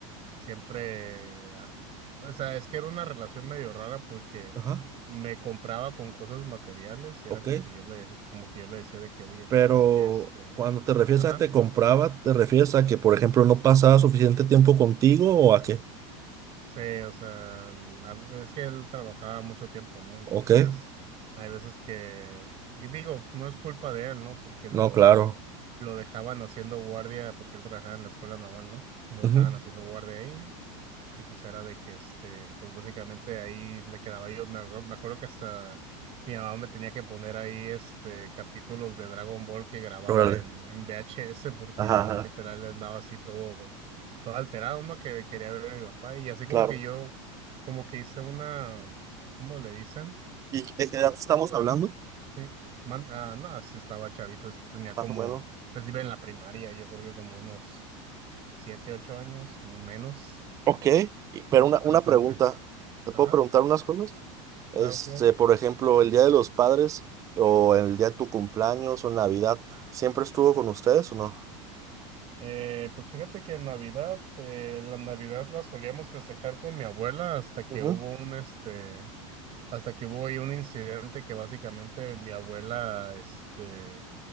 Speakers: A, on the right; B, on the right.
A: siempre, ah, o sea, es que era una relación medio rara porque
B: Ajá.
A: me compraba con cosas materiales y era
B: Ok.
A: como que yo le, como que yo le decía de que, oye, pues,
B: Pero
A: ¿sabes qué? Este,
B: cuando te refieres
A: ajá.
B: a te compraba, ¿te refieres a que, por ejemplo, no pasaba suficiente tiempo contigo o a qué?
A: Sí, o sea, la- es que él trabajaba mucho tiempo, ¿no? Entonces,
B: ¿O qué?
A: hay veces que, y digo, no es culpa de él, ¿no? Porque
B: No,
A: lo,
B: claro.
A: lo dejaban haciendo guardia, porque él trabajaba en la escuela naval, ¿no? Lo dejaban
B: Ujú.
A: haciendo guardia ahí. Y pues era de que, este, pues básicamente ahí me quedaba yo, me, acuer- me acuerdo que hasta mi mamá me tenía que poner ahí, este, capítulos de Dragon Ball que grababa
B: Órale.
A: en, en VHS porque
B: Ajá,
A: yo
B: ajá,
A: literal andaba así todo, todo alterado, ¿no? Que quería ver a mi papá y así como
B: claro.
A: que yo, como que hice una, ¿cómo le dicen?
B: ¿Y de qué edad estamos hablando?
A: Eh, man- ah, no, sí estaba chavito, es- tenía como,
B: Más o menos.
A: pues iba en la primaria, yo creo que como unos siete, ocho años, o menos,
B: Ok, y- pero una, una
A: entonces,
B: pregunta. ¿Te
A: <laughs>
B: puedo preguntar
A: ajá,
B: unas cosas? Este,
A: claro, claro.
B: por ejemplo, el día de los padres o el día de tu cumpleaños o Navidad, ¿siempre estuvo con ustedes o no?
A: Eh, pues fíjate que en Navidad, eh, la Navidad la solíamos festejar con mi abuela hasta
B: Ujú.
A: que hubo un, este, hasta que hubo ahí un incidente que básicamente mi abuela, este,